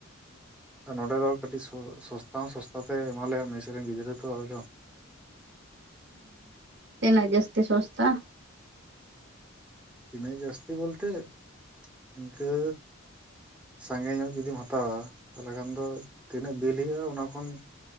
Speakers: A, in the centre; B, on the right.
A: ᱟᱨ ᱱᱚᱸᱰᱮ ᱫᱚ ᱠᱟᱹᱴᱤᱡ ᱥᱚ ᱥᱚᱥᱛᱟ ᱦᱚᱸ ᱥᱚᱥᱛᱟ ᱛᱮ ᱮᱢᱟᱞᱮᱭᱟᱭ ᱢᱮᱥ ᱨᱮᱱ ᱜᱤᱫᱽᱨᱟᱹ ᱛᱚ ᱦᱚᱭᱞᱚ
B: ᱛᱤᱱᱟ. ᱜ ᱡᱟᱹᱥᱛᱤ ᱥᱚᱥᱛᱟ
A: ᱛᱤᱱᱟᱹᱜ ᱡᱟᱹᱥᱛᱤ ᱵᱚᱞᱛᱮ ᱤᱱᱠᱟᱹ ᱥᱟᱸᱜᱮ ᱧᱚᱜ ᱡᱩᱫᱤᱢ ᱦᱟᱛᱟᱣᱟ ᱛᱟᱦᱚᱞᱮ ᱠᱷᱟᱱ ᱫᱚ ᱛᱤᱱᱟᱹᱜ ᱵᱤᱞ ᱦᱩᱭᱩᱜᱼᱟ ᱚᱱᱟ ᱠᱷᱚᱱ